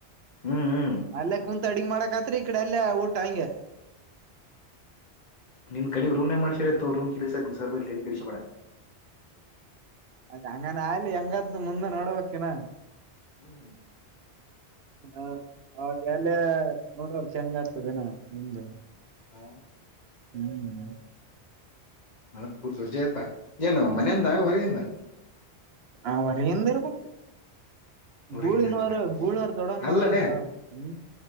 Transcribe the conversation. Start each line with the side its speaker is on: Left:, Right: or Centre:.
Left: ಹ್ಮ್ ಹ್ಮ್
Right: ಅಲ್ಲ ಕು ಅಡಿಗ್ ಮಾಡಕತ್ರಿ ಈ ಕಡೆ ಅಲ್ಲೇ ಊಟ ಹಂಗೆ
Left: ನಿನ್ ಕಡೆಗೆ ರೂಮ್ ಮಾಡಿಸರತ್ತೋ ರೂಮ್ ಕಿಲಿಸ ಸರ್ಬ ತೇಿಡಿಸಬೇಡ
Right: ಅದ ಹಂಗಾನ ಆಗ್್ಲಿ ಹೆಂಗ್ದು ಮುಂದ ನೋಡಬೇಕಕಿನ
Left: ಹ್ಮ್
Right: ಹ ಅವಾಗ ಎಲ್ಲ ನೋಡೋ ಚಂಗ ಆಗ್ತದನ ನಿಮ್ದು
Left: ಹಾ
Right: ಹ್ಮ್
Left: ನ ಪೂರ್ತಿಜ ಆಯತಾ ಏನು ಮನೆಯಿಂದ ಹೊರಗಿಂದ
Right: ಆ ಅವರಂದರ ಪು
Left: ಹೊರಗಿಂದ
Right: ಗೂಳಿನವರು
Left: ಅದಂಗ
Right: ಗೂಳಿನವ್ರ ದೊಡ್ಡವನ್
Left: ಅಲ್ಲಲೇ
Right: ಮಗಲ್ವಾ ಹ್ಮ್